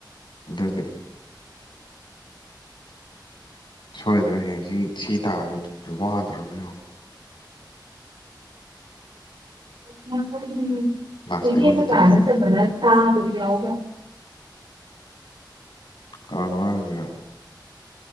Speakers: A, on the left; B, on the right.
A: ꯑꯗꯨꯗꯒꯤ ꯁꯣꯏꯗꯅ ꯍꯌꯦꯡ ꯁꯤ ꯁꯤ ꯇꯥꯃꯤꯗꯨꯗ ꯋꯥꯗ꯭ꯔꯣꯅꯦꯡ
B: <unintelligible>
A: ꯂꯥꯁꯇ
B: ꯃꯤꯗꯤ
A: ꯑꯩꯉꯣꯟꯗ
B: ꯑꯩ
A: ꯇꯥꯗꯣꯏꯅꯦ
B: ꯀꯅꯁꯦ ꯃ ꯑꯥꯗꯤꯌꯥꯒ
A: ꯀꯅꯅꯨꯡꯉ ꯍꯥꯏꯖꯤꯔ